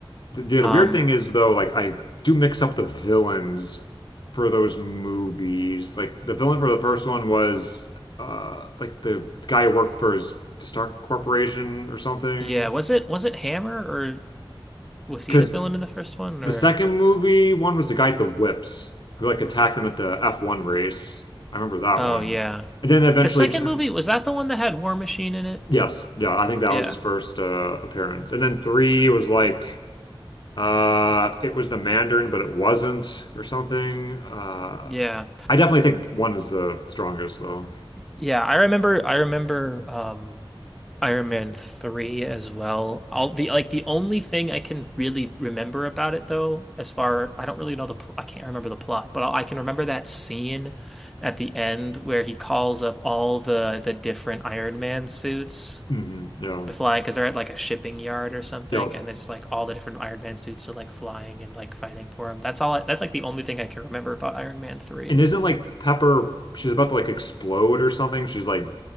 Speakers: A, on the left; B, in the centre.
A: The, yeah,
B: Um,
A: the weird thing is though, like I do mix up the villains for those movies. Like the villain for the first one was uh like the guy who worked for his the Stark Corporation or something.
B: yeah. Was it was it Hammer was
A: Because
B: he the villain in the first one
A: the
B: or
A: second movie one was the guy at the whips who like attacked him at the F1 race. I remember that
B: oh
A: one.
B: yeah
A: And then eventually
B: the second
A: turned.
B: movie was that the one that had War Machine in it
A: Yes, yeah, I think that
B: yeah
A: was his first uh appearance. And then three was like. Uh, it was the Mandarin, but it wasn't, or something. Uh,
B: yeah
A: I definitely think one is the strongest, though.
B: yeah I remember I remember um Iron Man 3 as well all the like the only thing I can really remember about it though as far I don't really know the pl I can't remember the plot but I can remember that scene at the end where he calls up all the the different Iron Man suits
A: hmm Yeah.
B: fly because they're at like a shipping yard or something,
A: Yeah.
B: and then just like all the different Iron Man suits are like flying and like fighting for him. That's all. I, that's like the only thing I can remember about Iron Man 3.
A: And isn't like Pepper, she's about to like explode or something. She's like,